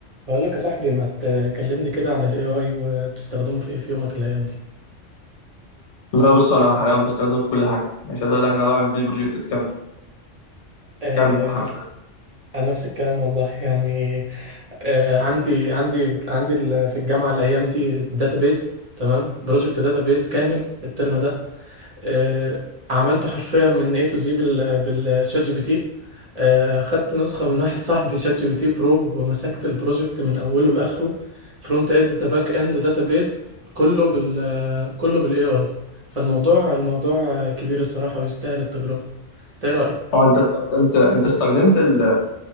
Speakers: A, on the right; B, on the left.
A: بقول لك يا صاحبي ما تكلمني كده عن ال AI وبتستخدمه في ايه في يومك الايام دي
B: لا بص انا حاليا بستخدمه في كل حاجه يعني مش عايز اقول لك انا بعمل بيه بروجكتات كامله
A: آه
B: كامله حرفيا
A: انا نفس الكلام والله <laughs> يعني آه عندي عندي عندي ال- في الجامعه الايام دي داتابيز تمام بروجكت داتابيز كامل الترم ده آه، عملته حرفيا من A to Z بال بالشات جي بي تي آه، خدت نسخة من واحد صاحبي شات جي بي تي برو ومسكت البروجكت من أوله لآخره فرونت اند باك اند داتابيز كله بال آه، كله بالاي اي فالموضوع الموضوع آه، كبير الصراحة ويستاهل التجربة انت ايه رأيك؟
B: اه انت استخدمت انت استخدمت ال